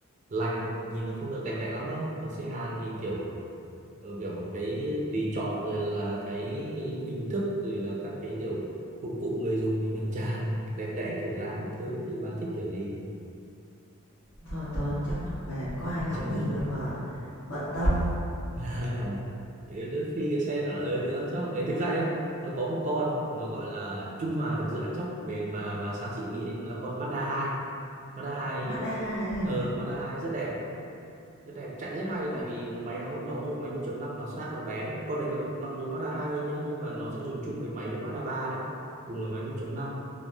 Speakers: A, on the right; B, on the left.
A: lành nhìn nó không được đẹp đẽ lắm đâu còn xe Hàn thì kiểu ờ, kiểu cái tùy chọn rồi là cái, cái hình thức rồi là các cái kiểu phục vụ người dùng thì ngập tràn đẹp đẽ kiểu dáng các thứ thì bà thích kiểu gì
B: thôi Tuấn chắc mặt bền có ai
A: ăn
B: ngắm
A: chắc
B: nhìn
A: mặc
B: đâu
A: bền
B: mà bận tâm
A: <laughs> À, thì đến khi cái xe nó là ừ, thì ăn chóc bền thực ra nhá nó có một con nó gọi là trung hòa được giữa ăn chóc bền và và sáng xịn mịn ấy. nó là con Mazda hai Mazda hai
B: Mazda 2 ấy à?
A: ờ Mazda hai rất đẹp rất đẹp chạy rất hay
B: Mắt
A: tại vì nó máy nó nó dùng máy một chấm năm mà xác nó bé con đấy nó mặc dù Mazda hai nhá nhưng mà nó sẽ dùng chung với máy với Mazda ba đấy cùng là máy một chấm năm